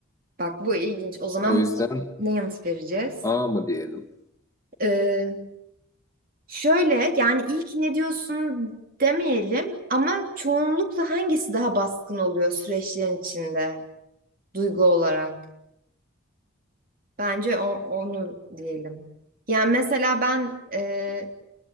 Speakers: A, on the right (about 45°); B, on the left (about 15°).
A: Bak bu ilginç. O zaman
B: O yüzden
A: bu ne yanıt vereceğiz?
B: A mı diyelim?
A: Ee, Şöyle yani ilk ne diyorsun demeyelim ama çoğunlukla hangisi daha baskın oluyor süreçlerin içinde duygu olarak? Bence o- onu diyelim. Yani mesela ben e,